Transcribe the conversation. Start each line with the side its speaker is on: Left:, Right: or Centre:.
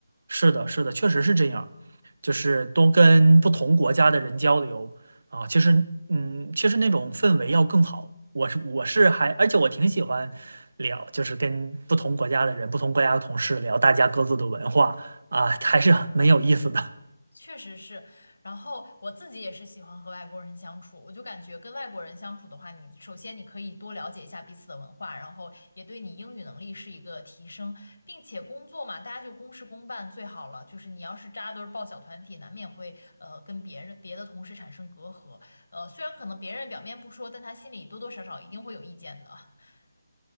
Right: 是的，是的，确实是这样，就是多跟不同国家的人交流啊，其实，嗯，其实那种氛围要更好。我是我是还，而且我挺喜欢聊，就是跟不同国家的人、不同国家的同事聊大家各自的文化啊，还是很有意思的
Left: 确实是，然后我自己也是喜欢和外国人相处，我就感觉跟外国人相处的话，你首先你可以多了解一下彼此的文化，然后也对你英语能力是一个提升，并且工作嘛，大家就公事公办最好了。就是你要是扎堆儿抱小团体，难免会呃跟别人别的同事产生隔阂，呃，虽然可能别人表面不说，但他心里多多少少一定会有意见的。<laughs>